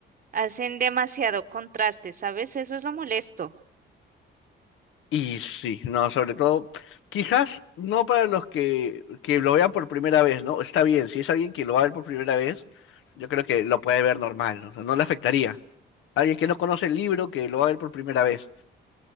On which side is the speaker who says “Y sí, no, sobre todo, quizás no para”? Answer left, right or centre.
Left